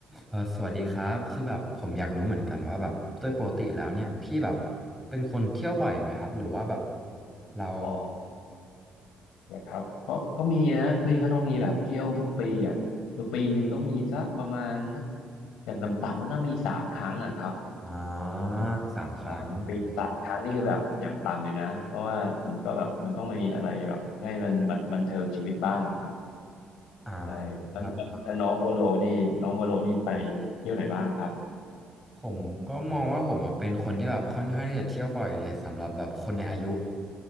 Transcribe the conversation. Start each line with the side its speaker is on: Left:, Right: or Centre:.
Centre: เออสวัสดีครับคือแบบผมอยากรู้เหมือนกันว่าแบบโดยปกติแล้วเนี่ยพี่แบบเป็นคนเที่ยวบ่อยไหมครับหรือว่าแบบเรา
Left: อ๋อนะครับก็ก็มีนะพี่ก็ต้องมีแบบเที่ยวทุกปีอ่ะคือปีหนึ่งต้องมีสักประมาณสักอย่างต่ำๆก็น่ามีสามครั้งอ่ะครับ
Centre: อ่า
Left: ใช่
Centre: สามครั้ง
Left: ใช่ปีละสามครั้งนี่คือแบบอย่างต่ำเลยนะเพราะว่ามันก็แบบมันต้องมีอะไรแบบให้มันบันบันเทิงชีวิตบ้างอ่ะครับ
Centre: อ่า
Left: ใช่แล้วแล้วน้องวโลนี่น้องวโลนี่ไป
Centre: ครับ
Left: เที่ยวไหนบ้างครับ
Centre: ผมก็มองว่าผมอะเป็นคนที่แบบค่อนข้างที่จะเที่ยวบ่อยเลยสำหรับแบบคนในอายุ